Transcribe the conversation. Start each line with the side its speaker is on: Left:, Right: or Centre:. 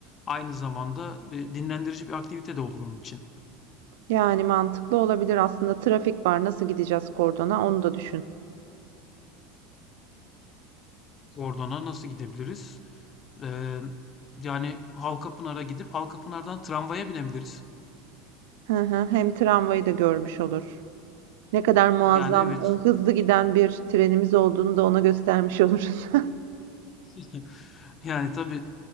Left: Aynı zamanda e, dinlendirici bir aktivite de olur onun için.
Right: Yani mantıklı olabilir aslında. Trafik var, nasıl gideceğiz kordona? Onu da düşün.
Left: Kordona nasıl gidebiliriz? E, yani Halkapınar'a gidip Halkapınar'dan tramvaya binebiliriz.
Right: Hı hı, hem tramvayı da görmüş olur. Ne kadar muazzam,
Left: Yani evet
Right: e, hızlı giden bir trenimiz olduğunu da ona göstermiş oluruz.
Left: <laughs> Yani, tabii,